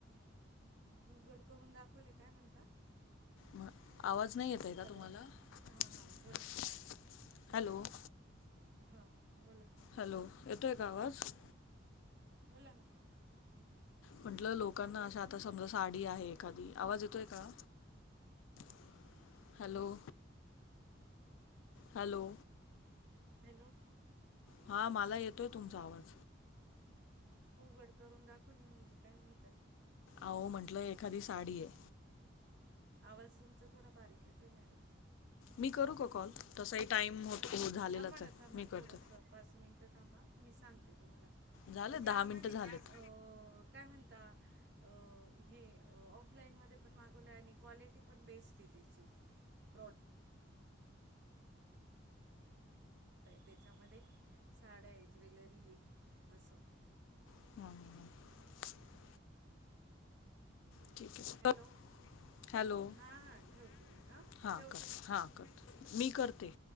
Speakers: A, on the right (about 60°); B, on the left (about 80°).
A: उघड करून दाखवले काय म्हणता?
B: म आवाज नाही येत आहे का
A: हॅलो
B: तुम्हाला?
A: हां हां
B: <inaudible>
A: बोला
B: हॅलो. <inaudible>
A: हां. बोला
B: हॅलो, येतोय का आवाज?
A: बोला ना.
B: म्हटलं लोकांना
A: हॅलो
B: अशा आता समजा साडी आहे एखादी. आवाज येतोय का? <inaudible> हॅलो. Hello
A: hello.
B: हा मला येतोय तुमचा आवाज.
A: उघड करून दाखवली म्हणजे काय म्हणताय?
B: अहो म्हंटलं एखादी साडीये
A: आवाज तुमचा थोडा बारीक येतोय मॅडम.
B: मी करू का कॉल? तसाही टाईम होत
A: थां
B: हो झालेलाच
A: थांबा
B: आहे
A: ना, थांबा,
B: मी करतो
A: थोडंस पाच मिनिटं थांबा. मी सांगते तुम्हाला.
B: झाले
A: म्हणजे
B: दहा
A: आपण
B: मिनटं
A: आहे
B: झालेत
A: ना, अ काय म्हणता? अ हे ऑफलाईनमध्ये पण मागवलंय आणि क्वालिटी पण बेस्ट आहे त्याची, <unintelligible> त्याच्यामध्ये साड्या आहे, ज्वेलरी आहे, असं.
B: <unintelligible> <unintelligible>
A: हॅलो हां हां ठेवते मी हां ठेवते मी
B: मी करते